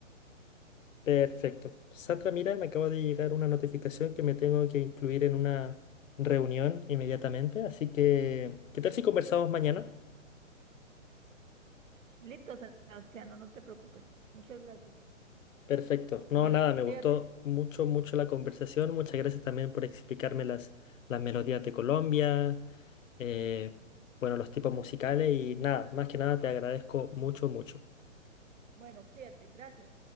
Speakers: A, on the left; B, on the right.
A: Perfecto. Sandra, mira, me acaba de llegar una notificación que me tengo que incluir en una reunión inmediatamente, así que, ¿qué tal si conversamos mañana?
B: Listo, Sebastiano, no te preocupes. Muchas gracias.
A: Perfecto. No,
B: Bueno,
A: nada, me gustó
B: cuídate.
A: mucho, mucho la conversación. Muchas gracias también por explicarme las, las melodías de Colombia, eh, bueno, los tipos musicales y nada, más que nada te agradezco mucho, mucho.
B: Bueno, cuídate, gracias.